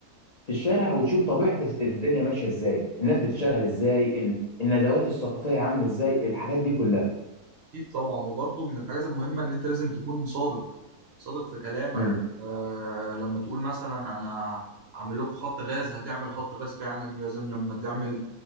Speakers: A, on the left; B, on the right.
A: في الشارع وتشوف طبيعة الدنيا ماشية ازاي الناس بتشتغل ازاي ال- الندوات الثقافية عاملة ازاي الحاجات دي كلها
B: اكيد طبعا وبرضه من الحاجات المهمه ان انت لازم تكون صادق صادق في كلامك
A: امم
B: آه لما تقول مثلا انا هعمل لكم خط غاز هتعمل خط غاز فعلا لازم لما تعمل